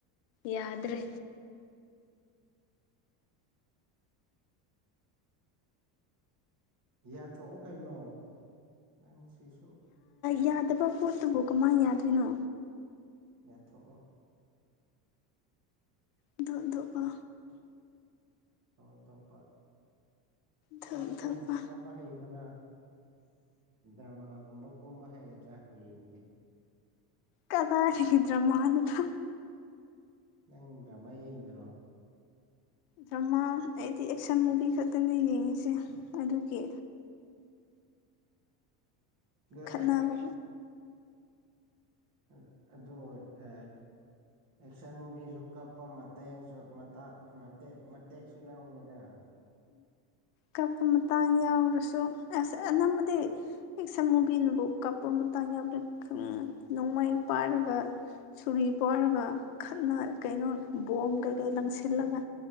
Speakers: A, on the left (about 70°); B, on the right (about 35°).
A: ꯌꯥꯗ꯭ꯔꯦ
B: ꯌꯥꯊꯣꯛꯑꯣ ꯀꯩꯅꯣ ꯅꯪ ꯁꯤꯁꯨ
A: ꯌꯥꯗꯕ ꯄꯣꯠꯇꯨꯕꯨ ꯀꯃꯥꯏꯅ ꯌꯥꯗꯣꯏꯅꯣ
B: ꯌꯥꯊꯣꯛꯑꯣ
A: ꯑꯗꯨꯗꯧꯕꯒ
B: ꯇꯧꯐꯝ ꯊꯣꯛꯄ
A: ꯊꯛ
B: ꯀꯞꯄ
A: ꯊꯛꯄ
B: ꯀꯞ ꯄ ꯍꯩꯕ ꯅꯪ ꯗ꯭ꯔꯃꯥꯒꯨꯝꯕ ꯀꯨꯝꯕ ꯍꯩꯒꯗ꯭ꯔꯥ ꯌꯦꯡꯒꯦ
A: ꯀꯗꯥꯈꯤꯗ꯭ꯔꯣ ꯃꯥꯗꯨꯗ
B: ꯅꯪꯗ꯭ꯔꯃ ꯌꯦꯡꯗ꯭ꯔꯣ
A: ꯗ꯭ꯔꯃꯥ ꯑꯩꯗꯤ ꯑꯦꯛꯁꯟ ꯃꯨꯚꯤ ꯈꯛꯇꯅꯤ ꯌꯦꯡꯉꯤꯁꯦ ꯑꯗꯨꯒꯤ
B: ꯑꯗ
A: ꯈꯠꯅꯕ
B: ꯑ ꯑꯗꯨꯗꯣ ꯑ ꯑꯦꯛꯁꯟ ꯃꯨꯚꯤꯁꯨ ꯀꯞꯄ ꯃꯇꯦꯡꯁꯨ ꯃꯇ ꯃꯇꯦꯛ ꯃꯇꯦꯛꯁꯨ ꯌꯥꯎꯕꯅꯤꯗ
A: ꯀꯞꯄ ꯃꯇꯥꯡ ꯌꯥꯎꯔꯁꯨ ꯑꯁ ꯑꯅꯝꯕꯗꯤ ꯑꯦꯛꯁꯟ ꯃꯨꯚꯤꯅꯕꯨꯥꯎ ꯀꯥꯄ ꯃꯇꯥꯡ ꯌꯥꯝꯅ ꯅꯣꯡꯃꯥꯏ ꯄꯥꯏꯔꯒ ꯁꯨꯔꯤ ꯄꯣꯔꯒ ꯈꯠꯅ ꯀꯩꯅꯣ ꯕꯣꯝ ꯀꯩ ꯑꯩ
B: ꯎꯝ
A: ꯂꯪꯁꯤꯜꯂꯒ